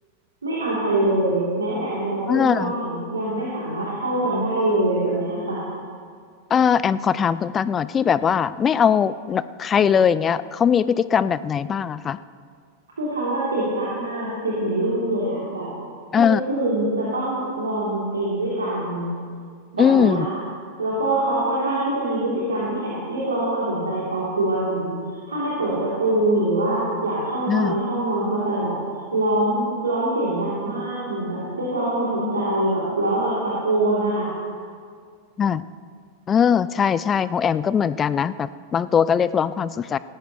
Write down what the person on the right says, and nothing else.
ไม่เอาใครเลยแม้แต่แมวเพื่อนบ้านยังไม่สามารถเข้ากันได้เลยแบบเนี้ยค่ะ
คือเขาว่าติดตักมากติดเหมือนลูกเลยอะแบบทุกคืนจะต้องนอนบนเตียงด้วยกัน
แบบเนี้ยค่ะแล้วก็เขาค่อนข้างที่จะมีพฤติกรรมที่แอบเรียกร้องความสนใจพอควรเหมือนถ้าไม่เปิดประตูหรือว่าอยากเข้ามาในห้องนอนเขาจะแบบร้องร้องเสียงดังมากเหมือนแบบเรียกร้องความสนใจแบบร้องแบบตะโกนนะคะ